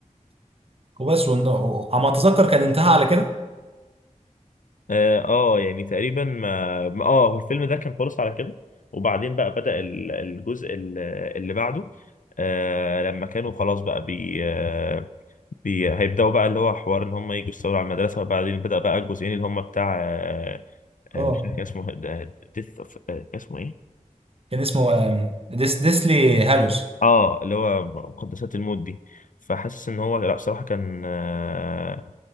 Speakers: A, on the right; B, on the left.
A: وبس وإن- وعم اتذكر كان انتهى على كده
B: اه آه، يعني تقريبا ما ما- اه هو الفيلم ده كان خلص على كده وبعدين بقى بدأ ال- الجزء ال- اللي بعده آه لما كانوا خلاص بقى بي, آه بي هيبدأوا بقى اللي هو حوار ان هم يجوا يستولوا على المدرسة وبعدين بدأ بقى الجزئين اللي هم بتاع آه آه
A: اه
B: مش فاكر كان اسمه ديث اوف اسمه ايه
A: كان اسمه آم، ديس ديسلي هالوز
B: اه اللي هو مقدسات الموت دي فحاسس ان هو لا بصراحه كان آه